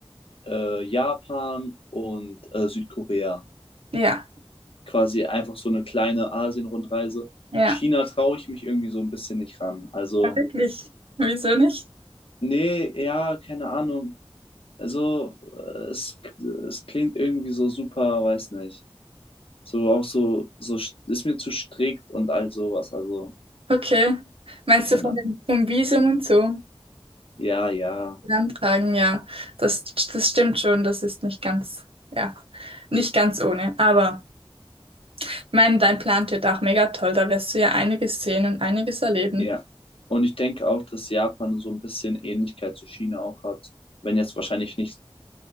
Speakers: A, on the left (about 65°); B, on the right (about 70°).
A: äh, Japan und äh, Südkorea.
B: ja,
A: Quasi einfach so eine kleine Asien-Rundreise.
B: ja.
A: China traue ich mich irgendwie so ein bisschen nicht ran. Also,
B: Ja, wirklich. Wieso nicht?
A: nee, ja, keine Ahnung. Also, äh, es, es klingt irgendwie so super, weiß nicht. So auch so, so st- ist mir zu strikt und all sowas. Also,
B: Okay. Meinst
A: keine
B: du von
A: Ahnung.
B: dem, vom Visum und so?
A: Ja, ja,
B: Den Antragen, ja. Das, das stimmt schon. Das ist nicht ganz, ja, nicht ganz ohne. Aber ich meine, dein Plan wird auch mega toll. Da wirst du ja einiges sehen und einiges erleben.
A: ja. Und ich denke auch, dass Japan so ein bisschen Ähnlichkeit zu China auch hat. Wenn jetzt wahrscheinlich nicht,